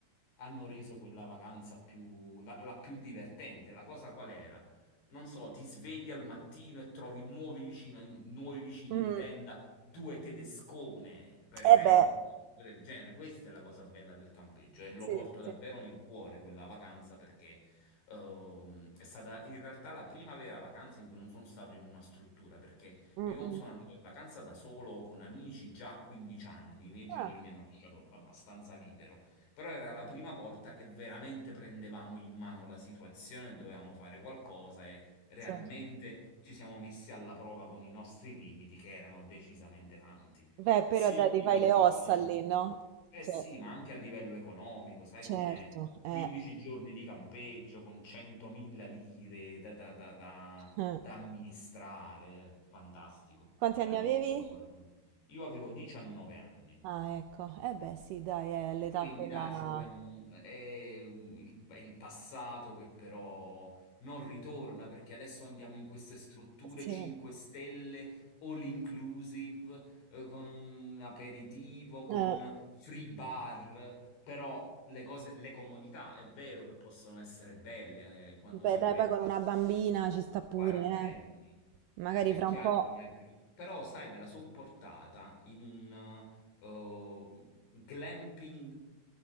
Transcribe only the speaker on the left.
hanno reso quella vacanza più, la, la più divertente. La cosa qual era? Non so, ti svegli al mattino e trovi nuovi vicini, nuovi vicini
di tenda, due tedescone, per
esempio,
cose del genere. Questa è la cosa bella del campeggio e lo
porto
davvero nel cuore quella vacanza perché ehm, è stata in realtà la prima vera vacanza in cui non sono stato in una struttura perché
io
sono andato in vacanza da solo o con amici già a 15 anni, i miei genitori
mi hanno lasciato abbastanza libero. Però era la prima volta che veramente prendevamo in mano la situazione, dovevamo fare qualcosa e realmente
ci siamo messi alla prova con i nostri limiti, che erano decisamente tanti,
sia
a
livello
economico.
Eh
sì, ma anche a livello economico, sai
com'è?
15 giorni di campeggio con 100.000 lire da, da- da- da-
da amministrare, eh, fantastico,
veramente
un ricordo. Io avevo 19 anni.
E quindi
dai, ci dobbiamo... è mm, il, è il passato che però non ritorna perché adesso andiamo in queste strutture
5 stelle, all inclusive, eh, con aperitivo, con
free bar, però le cose, le comodità è vero che possono essere belle, eh, quando
si
diventa
quarantenni.
È
chiaro
che non è che- Però, sai, me la son portata in un eh, glamping.